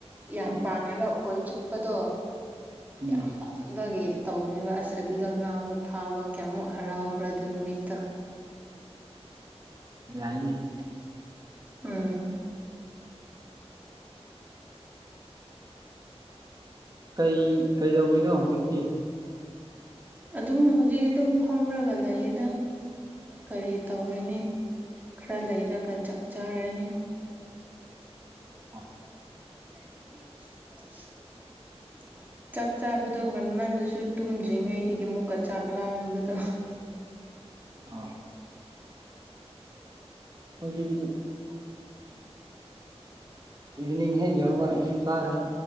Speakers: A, on the right; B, on the right.
A: ꯌꯥꯝ ꯄꯥꯝꯃꯦꯕ ꯑꯩꯈꯣꯏ ꯆꯨꯞꯄꯗꯣ
B: ꯎꯝ
A: ꯌꯥꯇ ꯒꯤ ꯇꯧꯕꯅꯦꯕ ꯑꯁ ꯑꯗꯨꯗ ꯉꯥꯃꯨꯛ ꯐꯥꯕ ꯀꯌꯥꯃꯨꯛ ꯍꯔꯥꯎꯕ꯭ꯔꯥ ꯑꯗꯨ ꯅꯨꯃꯤꯠꯇꯣ
B: ꯌꯥꯏꯅꯦ
A: ꯎꯝ
B: ꯀꯩ ꯀꯩꯗꯧꯕꯤꯅꯣ ꯍꯧꯖꯤꯛꯇꯤ
A: ꯑꯗꯨꯝ ꯍꯧꯖꯤꯛꯤ ꯑꯗꯨꯝ ꯐꯝꯔꯒ ꯂꯩꯌꯦꯗꯪ ꯀꯔꯤ ꯇꯧꯔꯅꯤ ꯈꯔ ꯂꯩꯔꯒ ꯆꯥꯛꯆꯔꯅꯤ
B: ꯑ
A: <unintelligible> ꯆꯥꯛ ꯆꯥꯕꯗꯣ ꯉꯟꯃꯟꯗꯨꯁꯨ ꯇꯨꯝꯗ꯭ꯔꯤꯉꯩꯗꯒꯤ ꯃꯨꯛꯀ ꯆꯥꯛ ꯂꯥꯛꯑꯝꯕꯗꯣ
B: ꯑ ꯍꯣꯏꯗꯤ
A: <unintelligible>
B: ꯏꯚꯤꯅꯤꯡ ꯍꯦꯛ ꯌꯧꯔꯒ ꯑꯗꯨꯝ ꯆꯥꯔꯦ